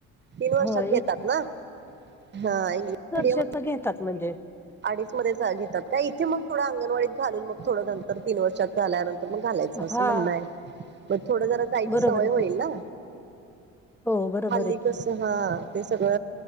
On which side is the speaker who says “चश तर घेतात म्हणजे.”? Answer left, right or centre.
Centre